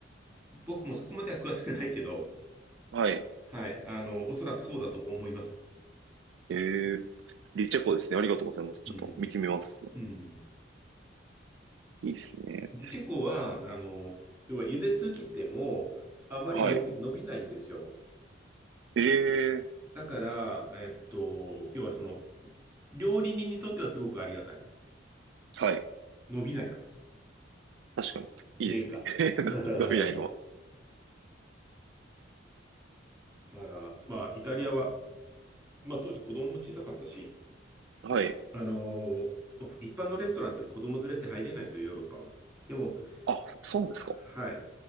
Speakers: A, on the right; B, on the right.
A: 僕もそこまでは詳しくないけど、
B: はい。
A: はい、あの、おそらくそうだと思います。
B: ええ、リチェコですね。ありがとうございます。ちょっと見てみます。
A: うん。うん。
B: いいですね。
A: ディチェコは、あの、要は、茹ですぎても、あまり伸び、
B: はい。
A: 伸びないんですよ。
B: ええ、
A: だから、えっと、要はその、料理人にとってはすごくありがたい。
B: はい。
A: 伸びないから、
B: 確かに。いいですね。
A: 麺が。
B: <laughs>
A: <laughs> うん。
B: 伸びないのは。
A: だから、まあ、イタリアは、まあ、当時子供も小さかったし、
B: はい。
A: あのー一般のレストランって子供連れって入れないんですよ、ヨーロッパは。でも、
B: あ、そうなんですか。
A: はい。